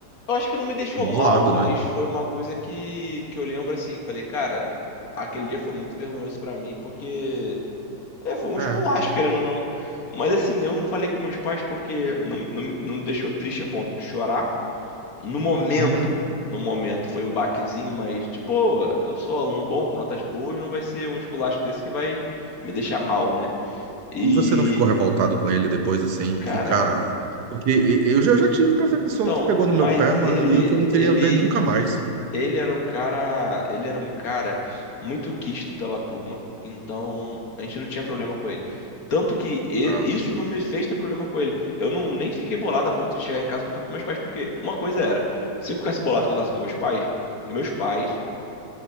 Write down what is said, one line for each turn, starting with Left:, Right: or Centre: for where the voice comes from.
Left: Eu acho que não me deixou
Right: Bolado,
Left: mal, mas
Right: né?
Left: foi uma coisa que, que eu lembro assim, falei, cara, aquele dia foi muito vergonhoso pra mim, porque é, foi um
Right: É.
Left: esculacho, querendo ou não. Mas assim, eu não falei com meus pais porque não, não, me- não me deixou triste a ponto de chorar. No momento,
Right: Uhum.
Left: no momento foi um baquezinho, mas de boa, eu sou aluno bom, com notas boas, não vai ser um esculacho desse que vai me deixar mal, né? E,
Right: E você não ficou revoltado com ele depois, assim,
Left: cara,
Right: que, cara. Porque e- eu já, eu já tive professor
Left: então,
Right: que pegou no
Left: mas
Right: meu pé, mano,
Left: ele,
Right: e eu que eu não queria
Left: ele,
Right: ver nunca mais.
Left: ele era um cara, ele era um cara muito quisto pela turma. Então, a gente não tinha problema com ele. Tanto que e-
Right: Ah,
Left: isso não me fez ter problema com ele. Eu não nem fiquei bolado a ponto de chegar em casa e contar pros meus pais, porque uma coisa era, se eu ficasse bolado e contasse com meus pais, meus pais